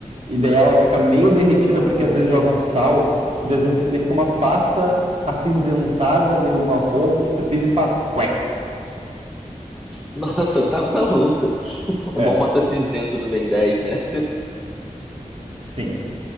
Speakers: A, on the right; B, in the centre.
A: e daí ela fica meio derretida
B: Ah,
A: porque às vezes
B: <laughs>
A: jogam sal, e daí às vezes daí fica uma pasta acinzentada, meio marrom, que tu pisa e faz quack.
B: Nossa, tá maluco. É
A: É,
B: igual massa cinzenta do Ben 10, né?
A: sim,